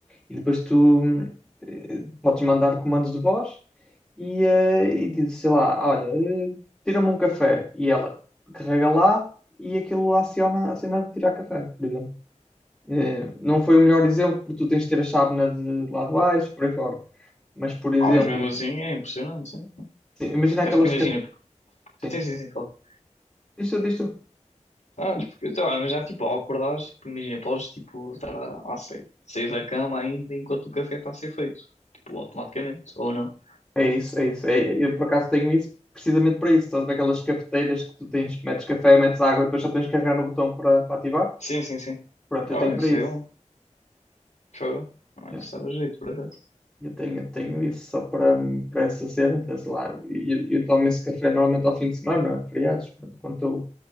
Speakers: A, in the centre; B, on the left.
A: E depois tu hum, eh, podes mandar comandos de voz e, eh, e dizes, sei lá, olha, eh, tira-me um café e ela carrega lá e aquilo aciona a cena de tirar café, por exemplo. Eh, não foi o melhor exemplo, porque tu tens de ter a chávena de lá de baixo, por aí fora. Mas, por exemplo,
B: Ah, mas mesmo assim é impressionante, sim.
A: sim, imagina
B: Porque
A: aquelas.
B: acho que imagina,
A: ca-
B: porque...
A: Sim,
B: Sim, sim, sim, claro.
A: isto, isto.
B: Ah, mas porque, então, olha, mas já, tipo, ao acordares, tipo, imagina, podes, tipo, estar a, a sair, sair da cama ainda enquanto o café está a ser feito. Tipo, automaticamente, ou não.
A: É isso, é isso. É- eu, por acaso, tenho isso precisamente para isso. Estás a ver aquelas cafeteiras que tu tens, metes café, metes água e depois só tens que carregar no botão para, para ativar?
B: Sim, sim, sim.
A: Pronto,
B: Olha,
A: eu tenho para
B: isso
A: isso.
B: é bom. Fogo. Olha,
A: É.
B: isso dava jeito, por acaso.
A: Eu tenho, tenho isso só para, para essa cena, então, sei lá. Eu, eu tomo esse café normalmente ao fim de semana, feriados, pronto, quando estou